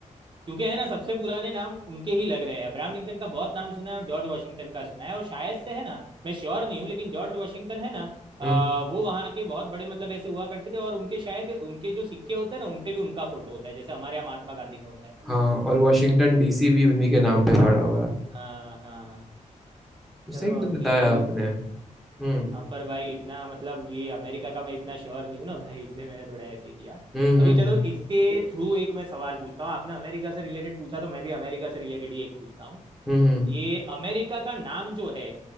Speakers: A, on the right; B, in the centre.
A: क्योंकि है ना सबसे पुराने नाम उनके ही लग रहे हैं अब्राहम लिंकन का बहुत नाम सुना है और जॉर्ज वाशिंगटन का सुना है और शायद से है ना मैं श्योर नहीं हूँ लेकिन जॉर्ज वाशिंगटन है ना अ,
B: हम्म
A: वो वहाँ के बहुत बड़े मतलब ऐसे हुआ करते थे और उनके शायद उनके जो सिक्के होते हैं ना उनपे भी उनका फोटो होता है जैसे हमारे यहाँ महात्मा गांधी का होता है
B: हाँ और वॉशिंगटन डीसी भी उन्हीं के नाम पे पड़ा हुआ है
A: हाँ हाँ
B: तो सही
A: चलो
B: तो
A: अभी
B: बताया आपने हम्म
A: हाँ पर भाई इतना मतलब ये अमेरिका का मैं इतना श्योर नहीं हूँ ना भाई इसलिए मैंने थोड़ा ऐसे किया
B: हम्म
A: अभी
B: हम्म
A: चलो इसके थ्रू एक मैं सवाल पूछता हूँ आपने अमेरिका से रिलेटेड पूछा तो मैं भी अमेरिका से रिलेटेड ही एक पूछता हूँ
B: हम्म
A: ये अमेरिका का नाम जो है